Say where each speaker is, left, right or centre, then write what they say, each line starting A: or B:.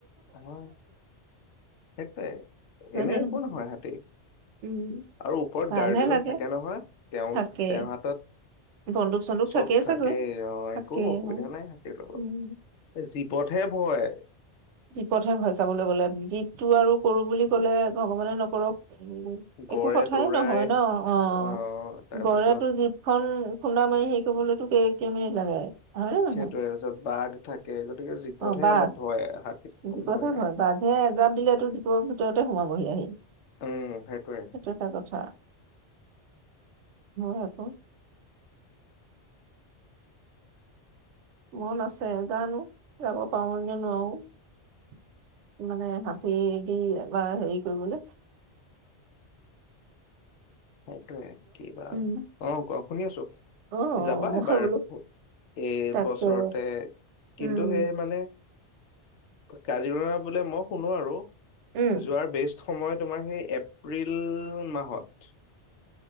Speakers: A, on the left (about 80°); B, on the right (about 80°).
A: অহ সেইটোৱে
B: হয়
A: এনেই
B: নে
A: একো নহয় হাতী
B: উম
A: আৰু ওপৰত
B: ভালহে
A: গাৰ্ডজন
B: লাগে
A: থাকে নহয় তেওঁ
B: থাকে
A: তেওঁৰ হাতত
B: বন্দুক চন্দুক
A: চব থাকেই
B: চাগৈ
A: অ
B: থাকে
A: একো অসুবিধা
B: অ
A: নাই হাতীৰ লগত
B: উম
A: জীপতহে ভয়
B: জীপতহে ভয় চাবলৈ গলে জীপটো আৰু কৰো বুলি কলে ভগৱানে নকৰক
A: গড়ে
B: একো কথাই
A: দৌৰাই
B: নহয় ন অহ
A: আহ তাৰপিছত
B: গড়েতো জীপখন খুন্দা মাৰি হেৰি কৰিবলৈ কে কেই মিনিট লাগে হয়নে নহয়
A: সেইটোয়ে আৰু বাঘ থাকে গতিকে জীপতহে
B: অ বাঘ
A: অলপ ভয় হাতীত ইমান
B: জীপতহে
A: নাই
B: ভয় বাঘে এজাপ দিলেটো জীপৰ ভিতৰতে সোমাবহি আহি সেইটো
A: উম সেইটোৱে
B: এটা কথা হয় আক মন আছে জানো যাব পাৰো নে নোৱাৰো কি মানে হাতীয়ে দি এবাৰ হেৰি কৰিবলে
A: সেইটোৱে কি বা
B: উম
A: অ কোৱা শুনি আছো
B: অ
A: যাবা
B: মই
A: এবাৰ
B: বোলো
A: এই
B: তাকে
A: বছৰতে কিন্তু
B: উম
A: সেই মানে কাজিৰঙা বোলে মই শুনো আৰু
B: উম
A: যোৱাৰ বেষ্ট সময়ত তোমাৰ সেই এপ্ৰিল মাহত